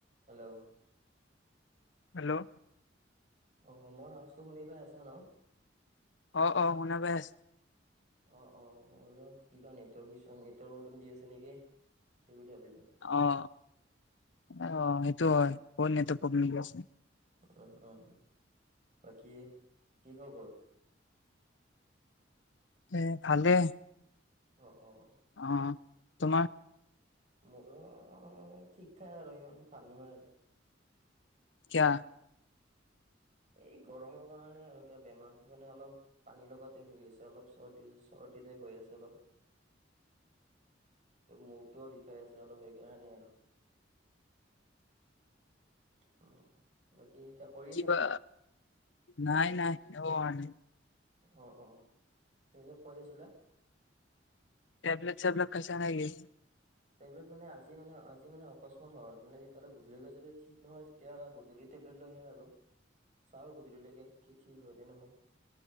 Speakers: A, on the right; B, on the left.
A: Hello
B: hello
A: অ' মই সাজটো শুনি পাই আছা ন।
B: অ' অ' শুনা পাই আছো।
A: অ' অ' অলপ কিবা নেটৱৰ্ক নেটৰ্ প্ৰব্লেম দি আছে নেকি সেই বুলি ভাবিলো।
B: অ' অ' সেইটো হয় অলপ নেটৱৰ্ক প্ৰবলেম আছে।
A: অ', অ' বাকী কি খবৰ?
B: এ ভালেই
A: অ' অ'
B: অ' তোমাৰ?
A: মোৰো ঠিক ঠাক আৰু ইমান ভাল নহয় আৰু।
B: কিয়া?
A: এই গৰমৰ কাৰণে আৰু কিব বেমাৰ মানে অলপ। পানীৰ লগা টাইপ হৈ গৈছে, অলপ চৰ্দি চৰ্দিতে হৈ আছে অলপ। মূৰটোও বিষাই আছে অলপ সেইকাৰণে আৰু। অ'। বাকী কা কই <unintelligible>
B: কিবা নাই নাই একো ক'ৰা নাই।
A: অ', অ', তুমি কিয় কৈ আছিলা?
B: টেব্লেট চেবলেট খাইছা নে কি?
A: টেবলেট মানে আজি মানে আজি মানে অকস্মাত হ'ল, মানে তেতিয়াহ'লে গধূলি কৈ যদি ঠিক নহয় তেতিয়া গধূলি টেবলেট লৈ আহিম আৰু। চাওঁ গধূলিলৈকে কি ঠিক হয় নে নহয়।